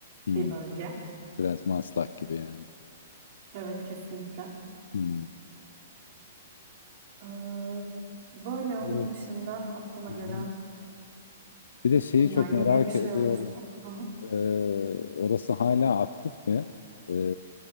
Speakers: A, on the left; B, on the right.
A: Hı.
B: bir bölge.
A: Biraz Maslak gibi yani.
B: Evet kesinlikle.
A: Hı.
B: Ee, böyle onun
A: Evet.
B: dışında aklıma gelen
A: Hı hı. Bir de şeyi
B: Bunlar
A: çok
B: yine
A: merak
B: bir şey
A: ediyorum.
B: olursa. Hı hı.
A: Ee, orası hala aktif mi? Ee,